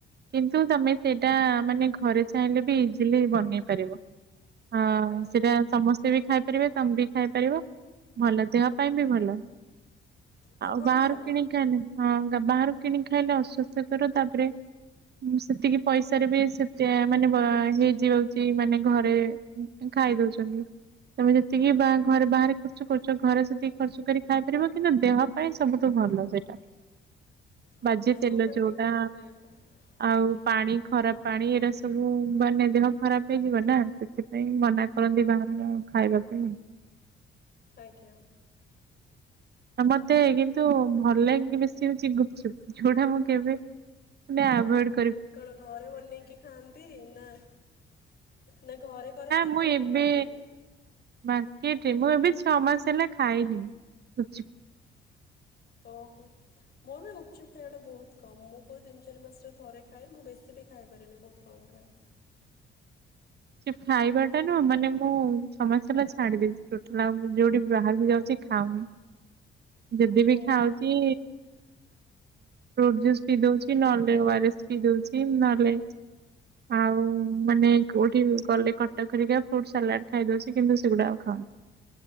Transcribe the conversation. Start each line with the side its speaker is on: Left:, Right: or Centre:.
Right: କିନ୍ତୁ ତମେ ସେଇଟା ମାନେ ଘରେ ଚାହିଁଲେ ବି ଇଜିଲି ବନେଇ ପାରିବ। ହଁ
Left: ଆଜ୍ଞା
Right: ସେଟା ସମସ୍ତେ ବି ଖାଇପାରିବେ ତମେ ବି ଖାଇପାରିବ ଭଲ ଦେହ ପାଇଁ ବି ଭଲ।
Left: ସବୁଠୁ
Right: ଆଉ ବାହାରୁ
Left: ଭଲ।
Right: କିଣି ଖାଇଲେ ହଁ ବାହାରୁ କିଣି ଖାଇଲେ ଅସୁବିଧା ହବ ତାପରେ ସେତିକି ପଇସାରେ ବି ସେତେ ମାନେ ହେଇଯାଉଛି ମାନେ ଘରେ। ଖାଇ ଦଉଛନ୍ତି। ତମେ ଯେତିକି ବା ଘରେ ବାହାରେ ଖର୍ଚ୍ଚ କରୁଛ ଘରେ ସେତିକି ଖର୍ଚ୍ଚ କରି ଖାଇ ପାରିବ କିନ୍ତୁ ଦେହ ପାଇଁ ସବୁଠୁ ଭଲ ସେଇଟା।
Left: ହଁ
Right: ବାଯ୍ୟ
Left: ଦେହ
Right: ତେଲ
Left: ପାଇଁ
Right: ଯୋଉଟା
Left: ଟିକେ ସେ
Right: ଆଉ
Left: ଆଜ୍ଞା
Right: ପାଣି ଖରାପ ପାଣି ଏଟା ସବୁ ମାନେ ଦେହ ଖରାପ ହେଇଯିବ ନା ସେଥିପାଇଁ ମନା କରନ୍ତି ବାହାରର ଖାଇବାକୁ। ହୁଁ।
Left: ଆଜ୍ଞା।
Right: ମତେ କିନ୍ତୁ ଭଲଗେ ବେଶି ଗୁପଚୁପ ଯୋଉଟା ମୁଁ କେବେ ମାନେ ଆବାଡ଼
Left: କଣ ଘରେ ବନେଇକି ଖାଆନ୍ତି ନା ନା ଘରେ କରନ୍ତି
Right: ମୁଁ
Left: ନା
Right: ଏବେ
Left: ମାର୍କେଟ୍?
Right: ମାର୍କେଟରେ ମୁଁ ଏବେ ଛଅ ମାସ ହେଲା ଖାଇନି। ଗୁଚ
Left: ଓହୋ। ମୋର ବି ଗପଚୁପ ଖାଇବାଟା ବହୁତ କମ୍ ମୁଁ କହୁଁ ତିନି ଚାରି ମାସରେ ଥରେ ଖାଏ ମୁଁ ବେଶୀ ବି ଖାଇପାରେନି ବହୁତ କମ୍ ଖାଏ।
Right: ସେ ଖାଇବାଟା ନ ମାନେ ମୁଁ ଛଅ ମାସେହେଲା ଛାଡି ଦେଇଛି ଟୋଟାଲ ଯୋଉଠି ବି ବାହାରକୁ ଯାଉଛି ଖାଉନି ଯଦି
Left: ହଁ
Right: ବିି ଖାଉଛି
Left: ହଁ
Right: ଫ୍ରୁଟ ଜୁସ୍ ପି ଦଉଛି ନହେଲେ ଓଆରେସ ପି ଦଉଛି ନହେଲେ ଆଉ ମାନେ କୋଉଠି ଗଲେ କଟକ ଘରିକା ଫ୍ରୁଟ ସାଲାଡ ଖାଇଦଉଛି କିନ୍ତୁ ସେଗୁଡା ଆଉ ଖାଉନି।